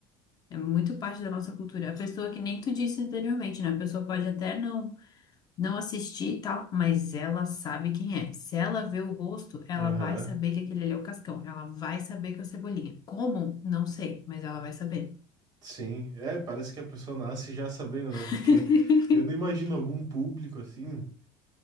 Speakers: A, on the left; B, on the right.
A: é muito parte da nossa cultura. A pessoa que nem tu disse anteriormente, né? A pessoa pode até não não assistir e tal, mas ela sabe quem é. Se ela vê o rosto, ela
B: aham.
A: vai saber que aquele ali é o Cascão. Ela vai saber que é o Cebolinha. Como? Não sei, mas ela vai saber.
B: Sim, é, parece que a pessoa nasce já sabendo, né?
A: <laughs>
B: Porque eu não imagino algum público assim,